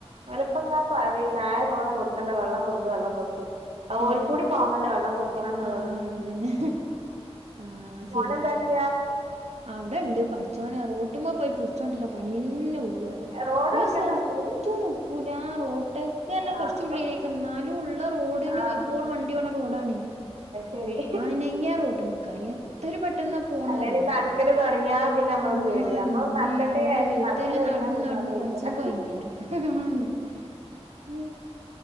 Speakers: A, on the right; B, on the right.
A: ഓലപ്പങ്ങനെ പറിം ചായ തോനെ കൊടുക്കണ്ട വെള്ളം കൊട്ക്ക് വെള്ളം കൊട്ക് അഹ് ഓല്
B: ഏഹ്
A: കൂടി തോന്നണ്ടേ വെള്ളം കുടിക്കണംന്നുള്ളത്.
B: ആഹ് അതന്നെ ആഹ് ശരി
A: അത് എന്താ ട
B: അവിടെണ്ട് പഠിച്ചോനെ റോഡ്മ്മ പോയി പുട് ച്ചോണ്ടരണ പണിന്നെള്ളൂ
A: റോഡ്
B: ഒരു
A: വക്കത്താ
B: സൽത്തും
A: വീട്
B: ന്ന്ക്കൂല ആ റോട് ക്
A: ആ
B: കുറച്ചുള്ളിലേക്ക്
A: അപ്പം
B: എന്നാലുംള്ള റോഡിന്
A: ആ
B: എപ്പോൾ വണ്ടി പോണ റോഡാണേ
A: ശരി
B: അനെങ്ങ്യ റോട്ടുമക്കാ എത്രരു പെട്ടെന്നാ പോണറിയോ
A: അല്ലേല് നടക്കല് തൊടങ്ങിയാ പിന്നെ നമ്മക്ക്
B: ആഹ്
A: പേടിയാ നമ്മളൊന്ന്
B: ഇമ്മേ
A: നടക്കട്ടെ
B: ഓന്റെ
A: വിചാരിച്ച്
B: വെയ്ത്തല്
A: നടക്കല് തൊടങ്ങിയാ
B: നടന്ന്
A: പിന്നെ
B: നടന്ന്
A: ഓന്റെ വെയ്ത്തലെ
B: മനസ്യൻ കൊയങ്ങിയറിയ ആന്ന് അ ഹ്മു